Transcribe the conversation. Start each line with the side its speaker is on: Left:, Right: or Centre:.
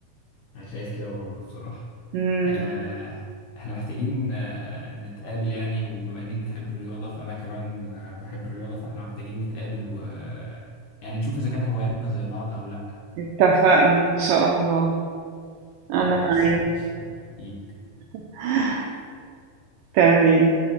Left: انا شايف كده برضه بصراحة
Right: مم.
Left: آه، احنا محتاجين آه، نتقابل يعني وبما انك بتحب الرياضة فانا كمان آه، بحب الرياضة فاحنا محتاجين نتقابل و آه، يعني نشوف اذا كان هواياتنا زي بعض او لا
Right: اتفقنا إن شاء الله أنا
Left: خلاص
Right: معاك
Left: ماشي ايه
Right: <laughs> تمام